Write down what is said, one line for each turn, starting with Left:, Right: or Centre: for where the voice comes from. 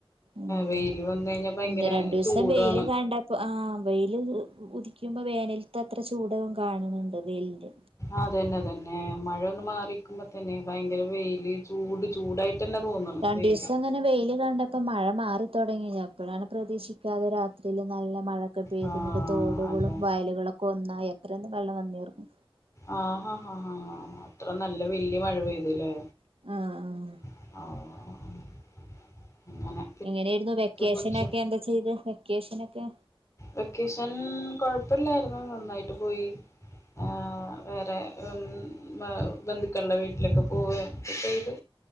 Right: ഉം
Left: വെയില് വന്ന് കഴിഞ്ഞാ ഭയങ്കര
Right: ഒന്ന് രണ്ടൂസം
Left: ചൂടുംആണ്.
Right: വെയില് കണ്ടപ്പോ ആഹ് വെയില് ഉ ഉ ഉദിക്കുമ്പോ വേനൽത്തത്രെ ചൂടും കാണ്‌ണ് ണ്ട്‌ വെയിലിന്റെ
Left: ആഹ് അത് അന്നെ അത്അന്നെ മഴയൊന്ന് മാറിക്ക്മ്പതന്നെ ഭയങ്കര വെയില്. ചൂട് ചൂടായിട്ടെന്നെ തോന്നണ്
Right: രണ്ടീസം
Left: വെയില്.
Right: അങ്ങനെ വെയില് കണ്ട- ഇപ്പ മഴ മാറി തൊടങ്ങി അപ്പഴാണ് പ്രതീക്ഷിക്കാതെ രാത്രീല് നല്ല മഴ. ക്കെ പെയ്ത്‌
Left: ആ
Right: ഇന്ന്ട്ട്തോടുകളും
Left: അതെ
Right: വയലുകളൊക്കെ ഒന്നായ അത്രെ വള്ളം വന്ന്ഏറും.
Left: ആഹ ഹാ ഹാ ഹാാ അത്ര നല്ല വല്ല്യെ മഴ പെയ്തുലേ?
Right: ആഹ്. അഹ്
Left: ആഹ് അങ്ങനെ
Right: എങ്ങനേര്ന്നു വെക്കേഷനൊക്കെ
Left: കുടിച്ചോ
Right: എന്താ ചെയ്ത് വെക്കേഷനൊക്കെ?
Left: വെക്കേഷൻ കൊഴപ്പില്ലായിരുന്നു നന്നായിട്ട് പോയി ആഹ് വേറെ- ഇമ്.. ബ... ബന്ധുക്കൾടെ വീട്ടിലൊക്കെ പോവേം ഒക്കെ ചെയ്തു.